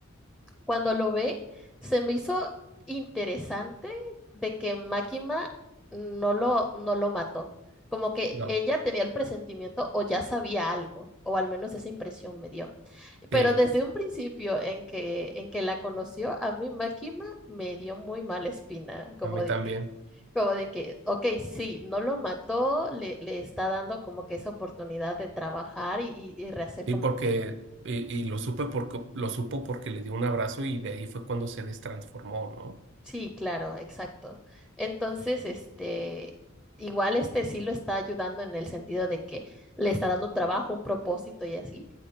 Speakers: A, in the centre; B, on the right.
A: cuando lo ve, se me hizo interesante de que Máquina no lo, no lo mató. Como que
B: no,
A: ella tenía el presentimiento o ya sabía algo, o al menos esa impresión me dio. Pero
B: sí,
A: desde un principio en que, en que la conoció, a mí Máquina me dio muy mala espina, como
B: a mí
A: de
B: también.
A: que, como de que, ok, sí, no lo mató, le, le está dando como que esa oportunidad de trabajar y, y, y rehacer
B: Y
A: como
B: porque,
A: que
B: y, y lo supe porque, lo supo porque le dio un abrazo y de ahí fue cuando se destransformó, ¿no?
A: Sí, claro, exacto. Entonces, este, igual este sí lo está ayudando en el sentido de que le está dando un trabajo, un propósito y así,